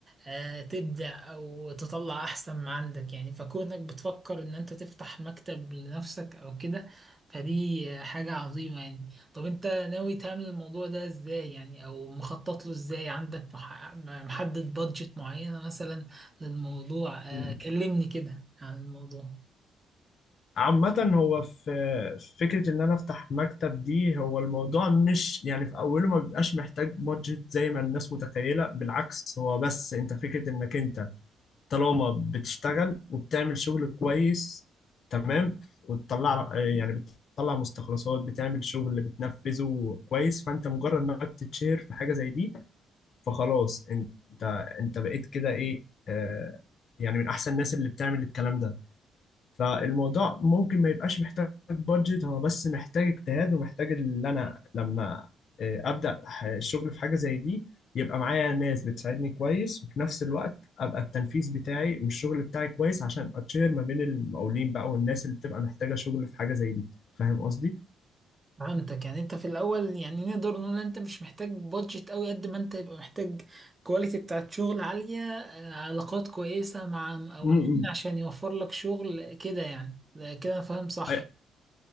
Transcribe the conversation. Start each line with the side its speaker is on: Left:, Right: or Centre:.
Right: آه، تبدع وتطلع أحسن ما عندك يعني فكونك بتفكر إن أنت تفتح مكتب لنفسك أو كده فدي آه، حاجة عظيمة يعني طب أنت ناوي تعمل الموضوع ده إزاي يعني أو مخطط له إزاي عندك مح- محدد بادجت معينة مثلا للموضوع آه،
Left: مم.
Right: كلمني كده عن الموضوع
Left: عامة هو في في فكرة إن أنا أفتح مكتب دي هو الموضوع مش يعني في أوله ما بيبقاش محتاج بادجت زي ما الناس متخيلة بالعكس هو بس أنت فكرة إنك أنت طالما بتشتغل وبتعمل شغل كويس تمام وتطلع يعني بتطلع مستخلصات بتعمل شغل اللي بتنفذه كويس فانت مجرد ما بتتشهر في حاجه زي دي فخلاص انت انت بقيت كده ايه آه يعني من احسن الناس اللي بتعمل الكلام ده فالموضوع ممكن ما يبقاش محتاج بادجت هو بس محتاج اجتهاد ومحتاج ان انا لما آه، ابدا ح- الشغل في حاجه زي دي يبقى معايا ناس بتساعدني كويس وفي نفس الوقت ابقى التنفيذ بتاعي والشغل بتاعي كويس عشان ابقى تشير ما بين المقاولين بقى والناس اللي بتبقى محتاجه شغل في حاجه زي دي فاهم قصدي؟
Right: فهمتك يعني انت في الاول يعني نقدر نقول ان انت مش محتاج بادجت قوي قد ما انت يبقى محتاج كواليتي بتاعت شغل عالية آه، علاقات كويسة مع مقاولين
Left: امم
Right: عشان يوفر لك شغل كده يعني ده كده انا فاهم صح
Left: أي-